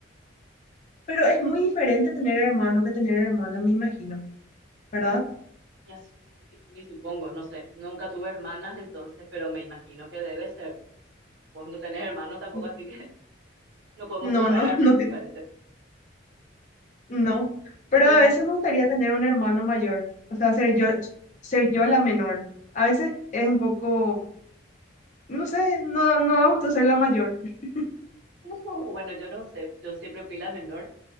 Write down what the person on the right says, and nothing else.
Ya s- ni ni supongo, no sé. Nunca tuve hermanas entonces, pero me imagino que debe ser. Vos no tenés hermanos tampoco,
así que <laughs> no podemos
comparar
mucho,
parece.
Entonces,
<laughs> Bueno, yo no sé, yo siempre fui la menor.